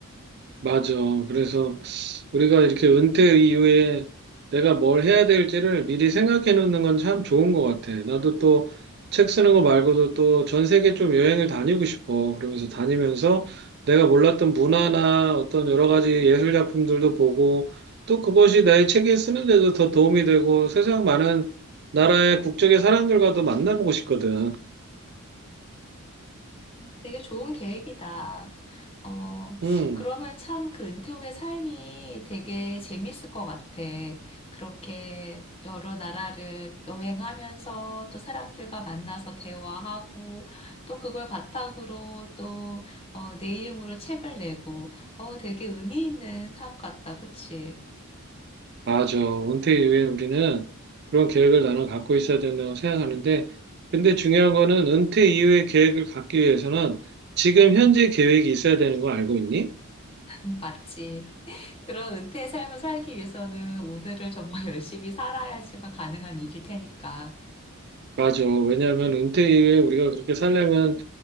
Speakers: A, on the right; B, on the left.
A: 맞아. 그래서 우리가 이렇게 은퇴 이후에 내가 뭘 해야 될지를 미리 생각해 놓는 건 참 좋은 것 같아. 나도 또 책 쓰는 거 말고도 또 전 세계 좀 여행을 다니고 싶어. 그러면서 다니면서 내가 몰랐던 문화나 어떤 여러 가지 예술 작품들도 보고 또 그것이 나의 책에 쓰는데도 더 도움이 되고 세상 많은 나라의 국적의 사람들과도 만나보고 싶거든.
B: 되게 좋은 계획이다. 어,
A: 음.
B: 그러면 참 그 은퇴 후의 삶이 되게 재밌을 것 같아. 그렇게 여러 나라를 여행하면서 또 사람들과 만나서 대화하고 또 그걸 바탕으로 또, 어, 내 이름으로 책을 내고, 어, 되게 의미 있는 삶 같다. 그치?
A: 맞아. 은퇴 이후에 우리는 그런 계획을 나눠 갖고 있어야 된다고 생각하는데, 근데 중요한 거는 은퇴 이후에 계획을 갖기 위해서는 지금 현재 계획이 있어야 되는 거 알고 있니?
B: <laughs> 맞지. 그런 은퇴의 삶을 살기 위해서는 오늘을 정말 <laughs> 열심히 살아야지만 가능한 일일 테니까.
A: 맞아. 왜냐하면 은퇴 이후에 우리가 그렇게 살려면